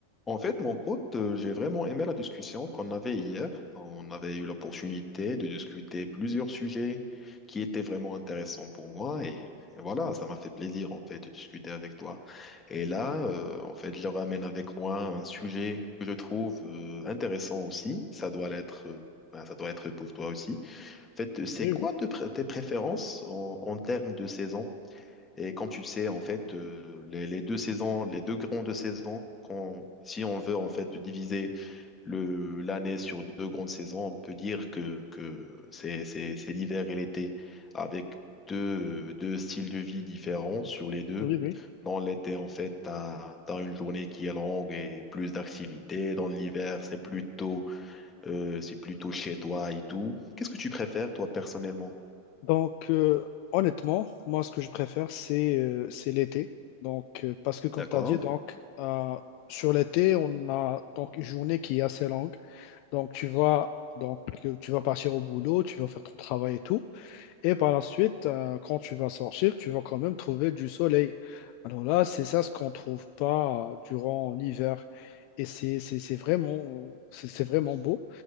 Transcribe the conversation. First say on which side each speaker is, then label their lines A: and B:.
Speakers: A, on the left; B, on the left.
A: En fait, mon pote, euh, j'ai vraiment aimé la discussion qu'on avait hier. On avait eu l'opportunité de discuter plusieurs sujets qui étaient vraiment intéressants pour moi et, et voilà, ça m'a fait plaisir en fait de discuter avec toi. Et là, euh, en fait, je ramène avec moi un sujet que je trouve euh, intéressant aussi. Ça doit l'être, euh, ben, ça doit être pour toi aussi. En fait, c'est
B: Oui,
A: quoi
B: oui,
A: te pr- tes préférences en, en termes de saison? Et comme tu le sais, en fait, euh, les, les deux saisons, les deux grandes saisons, qu'on- si on veut en fait diviser le, l'année sur deux grandes saisons, on peut dire que, que c'est, c'est, c'est l'hiver et l'été avec deux, deux styles de vie différents sur les deux.
B: oui, oui.
A: Dans l'été, en fait, tu as, une journée qui est longue et plus d'activités. Dans l'hiver, c'est plutôt, euh, c'est plutôt chez toi et tout. Qu'est-ce que tu préfères, toi, personnellement?
B: Donc, euh, honnêtement, moi, ce que je préfère, c'est euh, c'est l'été. Donc, euh, parce que, comme
A: D'accord.
B: tu as dit, donc, euh, sur l'été, on a donc une journée qui est assez longue. Donc, tu vas, donc, euh, tu vas partir au boulot, tu vas faire ton travail et tout. Et par la suite, euh, quand tu vas sortir, tu vas quand même trouver du soleil. Alors là, c'est ça ce qu'on ne trouve pas euh, durant l'hiver. Et c'est c'est- c'est vraiment, c'est c'est vraiment beau.